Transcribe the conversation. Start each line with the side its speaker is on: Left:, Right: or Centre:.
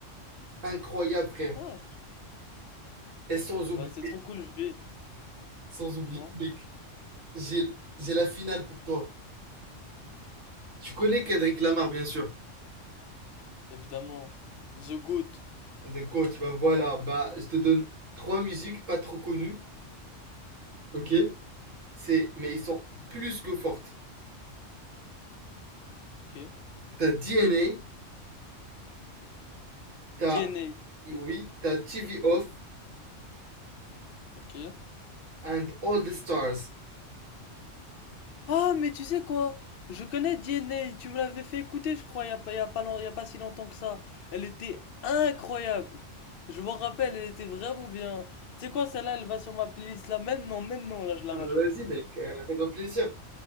Right: Incroyables, frère.
Left: Ah,
Right: Et sans oublier,
Left: bah c'est trop cool, je vais.
Right: sans oublier,
Left: Dis-moi.
Right: mec, j'ai j'ai la finale pour toi. Tu connais Kendrick Lamar, bien sûr.
Left: Évidemment. The Goat.
Right: The Goat, bah voilà, bah je te donne trois musiques pas trop connues, ok? C'est, mais ils sont plus que fortes.
Left: Ok.
Right: T'as DNA, t'as,
Left: DNA.
Right: oui, t'as TV Off
Left: Ok.
Right: and All the Stars.
Left: Ah, mais tu sais quoi? Je connais DNA, tu me l'avais fait écouter, je crois, il y a pas, il y a pas, long- il y a pas si longtemps que ça. Elle était incroyable. Je m'en rappelle, elle était vraiment bien. Tu sais quoi, celle-là, elle va sur ma playlist là maintenant, maintenant, là, je la
Right: Ah
Left: rajoute.
Right: bah vas-y mec, euh, fais-toi plaisir.